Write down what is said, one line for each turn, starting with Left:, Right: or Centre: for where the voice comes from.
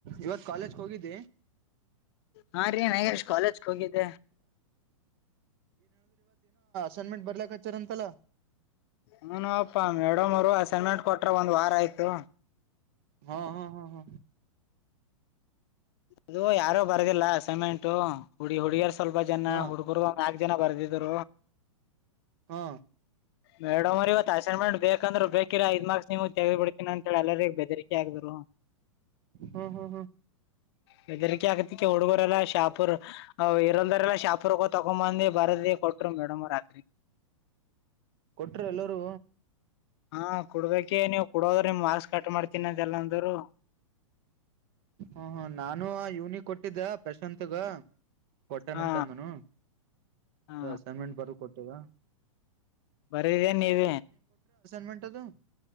Right: ಇವತ್ ಕಾಲೇಜ್ ಹೋಗಿದ್ದೆ
Left: ಹಾ ರೀ ನಾಗೇಶ್ ಕಾಲೇಜ್ ಹೋಗಿದ್ದೆ
Right: ಸೆರ್ಮೆಂಟ್ ಬರ್ಲಕ್ ಹಚಾರ ಅಂತಲ್ಲ
Left: ಹ ನಪ್ಪಾ ಮೇಡಮ್ ಅವರು ಅಶರ್ಮೆಂಟ್ ಕೊಟ್ರ ಒಂದ್ ವಾರ ಆಯ್ತು
Right: ಹಾ ಹಾ ಹಾ ಹಾ
Left: ಅದು ಯಾರು ಬರ್ದಿಲ್ಲಸಮೆಂಟು ಹುಡಿ ಹುಡುಗಿಯರು ಸ್ವಲ್ಪ ಜನ
Right: ಹಾ
Left: ಹುಡುಗರುಗ ನಾಕಕ್ ಜನ ಬರ್ದ
Right: ಹಾ
Left: ಮೇಡಮ್ ಅವ್ರ ಇವತ್ತು ಅಸೈನ್ಮೆಂಟ್ ಬೇಕ ಯಾಕಂದ್ರೆ ಬೇಕಿರಾ ಐ ಮಾರ್ಕ್ಸ್ ನಿಮ ತೆಗಿ ಬಿಡ್ತನಿ ಅಂತ ಹೇಳ ಎರಿಗ ಬೆದರಿಕೆ ಆಗದ್ರು
Right: ಹ್ಮ್ ಹ್ಮ್ ಹ್ಮ್
Left: ಬೆದರಿಕೆ ಆಕತಿಕ ಹುಡ್ಗರೆಲ್ಲಾ ಶಾಪುರ್ ಇರಲ್ದಾರಲ್ಲಾ ಶಾಪುರ್ಗ ತಕೊಂಡಂಬಂದಿ ಬರ ಕೊಟ ಮಡಮರಾಕ್ರೀ
Right: ಕೊಟರು ಎಲ್ಲರೂ
Left: ಹಾ ಕುಡ್ಬೇಕೆ ನೀವ್ ಕುಡೋದ್ರ ನಿಮ್ ಮಾಸ್ಕ್ ಕಟ್ ಮಾಡ್ತೀನಂತೆ ಎಲ್ಲಂದರು
Right: ಹ ಹ ನಾನು ಇವನಿ ಕೊಟ್ಟಿದ್ದ ಪ್ರಶಾತ್ಗ ಕೊಟ್ಟನಂತ
Left: ಹಾ
Right: ಅಂದನು
Left: ಹಾ
Right: ಅ ಅಸೈನ್ಮೆಂಟ್ ಬರ ಕೊಟ್ಟದ
Left: ಬರಿದೇ ನೀವ
Right: ನ್ಮೆಂಟದು